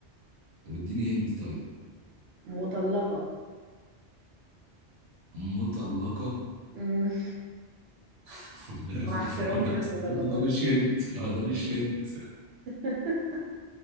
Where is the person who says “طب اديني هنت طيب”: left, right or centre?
Right